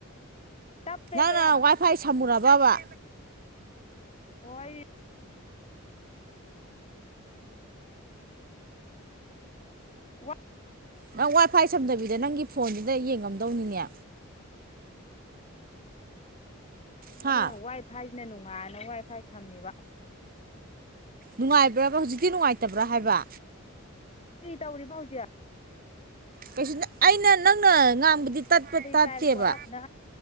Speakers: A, on the left; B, on the right.
A: ꯇꯞꯄꯦꯕ
B: ꯅꯪ ꯅ
A: ꯌꯥꯝꯅ
B: ꯋꯥꯏ ꯐꯥꯏ ꯁꯝꯃꯨꯔꯕꯕ
A: ꯍꯣꯏ ꯋꯥ
B: ꯅꯪ ꯋꯥꯏ ꯐꯥꯏ ꯁꯝꯗꯕꯤꯗ ꯅꯪꯒꯤ ꯐꯣꯟꯗꯨꯗ ꯌꯦꯡꯉꯝꯗꯧꯅꯤꯅꯦ ꯍꯥ
A: ꯑꯩꯅ ꯋꯥꯏ ꯐꯥꯏꯁꯤꯅ ꯅꯨꯡꯉꯥꯏꯅ ꯋꯥꯏ ꯐꯥꯏ ꯁꯝꯃꯤꯕ
B: ꯅꯨꯡꯉꯥꯏꯕ꯭ꯔꯕ ꯍꯧꯖꯤꯛꯇꯤ ꯅꯨꯡꯉꯥꯏꯇꯕ꯭ꯔꯥ ꯍꯥꯏꯕ
A: ꯀ ꯇꯧꯔꯤ ꯥꯎꯖꯤꯌꯥ
B: ꯀꯩꯁꯨ ꯑꯩꯅ ꯅꯪꯅ ꯉꯥꯡꯕꯗꯤ ꯇꯠꯄ
A: ꯕꯨꯗꯤ
B: ꯇꯠꯇꯦꯕ
A: ꯇꯥꯏꯕꯀꯣ ꯇꯞꯅ